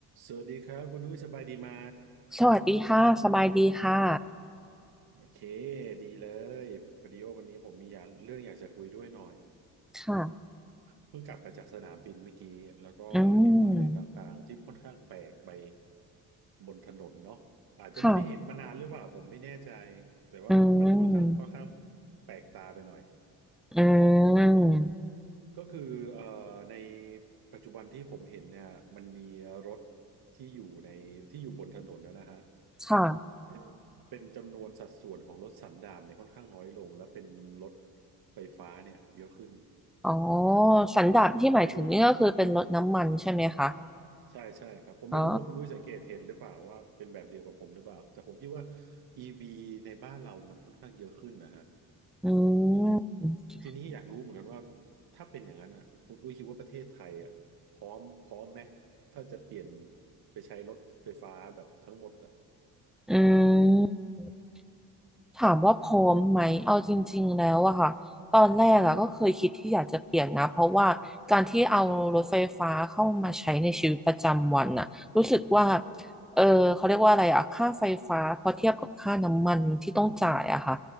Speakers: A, on the right (about 65°); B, in the centre.
A: สวัสดีครับคุณอุ้ยสบายดีไหม
B: สวัสดีค่ะ สบายดีค่ะ
A: โอเคดีเลยพอดีว่าวันนี้ผมมีอยากเรื่องอยากจะคุยด้วยหน่อย
B: ค่ะ
A: เพิ่งกลับมาจากสนามบินเมื่อกี้แล้วก็เห็นอะไรต่างๆที่ค่อนข้างแปลกไป
B: อืม
A: บนถนนเนาะอาจจะไม่ได้เห็นมานานหรือเปล่าผมไม่แน่ใจ
B: ค่ะ
A: แต่ว่ามันมันค่อนข้างค่อนข้าง
B: อืม
A: แปลกตาไปหน่อย
B: อืม
A: ก็คือเอ่อในปัจจุบันที่ผมเห็นเนี่ยมันมีรถที่อยู่ในที่อยู่บนถนนนะนะฮะ
B: ค่ะ
A: เป็นเป็นจำนวนสัดส่วนของรถสันดาปเนี่ยค่อนข้างน้อยลงแล้วเป็นรถไฟฟ้าเนี่ยเยอะขึ้น
B: อ๋อ สันดาปที่หมายถึงนี่ก็คือเป็นรถน้ำมันใช่ไหมคะ
A: ผมไม่รู้ใช่ใช่ครับผมไม่รู้ว่าคุณอุ้ยสังเกตเห็นหรือเปล่าว่าเป็นแบบเดียวกับผมหรือเปล่าแต่ผมคิดว่า
B: อ๋อ
A: EV ในบ้านเรามันค่อนข้างเยอะขึ้นนะฮะ
B: อืม
A: ทีนี้อยากรู้เหมือนกันว่าถ้าเป็นอย่างนั้นอ่ะคุณอุ้ยคิดว่าประเทศไทยอ่ะพร้อมพร้อมไหมถ้าจะเปลี่ยนไปใช้รถไฟฟ้าแบบทั้งหมดอ่ะ
B: อืม ถามว่าพร้อมไหมเอาจริงๆแล้วอะค่ะตอนแรกอะก็เคยคิดที่อยากจะเปลี่ยนนะเพราะว่าการที่เอารถไฟฟ้าเข้ามาใช้ในชีวิตประจำวันอะรู้สึกว่าเออเขาเรียกว่าอะไรอะค่าไฟฟ้าพอเทียบกับค่าน้ำมันที่ต้องจ่ายอะค่ะ